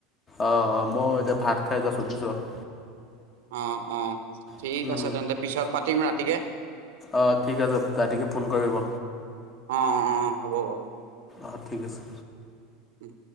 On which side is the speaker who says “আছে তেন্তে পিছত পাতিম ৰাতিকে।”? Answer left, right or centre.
Right